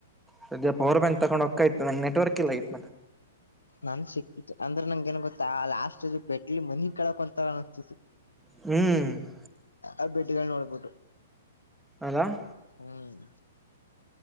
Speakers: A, in the centre; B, on the left.
A: ಸದ್ಯ ಪವರ್ ಬ್ಯಾಂಕ್ ತಗೊಂಡಹೋಗ್ತಾ ಇತ್ತ ನೆಟ್ವರ್ಕಇಲ್ಲ ಐತ್
B: ನನ್ಗ ಸಿಕ್ತಿತ್ತು ಅಂದ್ರೆ ನಂಗ ಏನ್ ಗೊತ್ತಾ ಲಾಸ್ಟ್ ಬೆಡ್ಲಿ ಮನಿ ಕೆಳಕೊಂತರ ಅನಿಸ್ತಿತ.
A: ಹ್ಮ್,
B: ಆ ಬೆಟ್ಟಗಳು ನೋಡ್ಬಿಟ್ಟು <unintelligible>
A: ಅಲಾ <inaudible>
B: ಹ್ಮ್,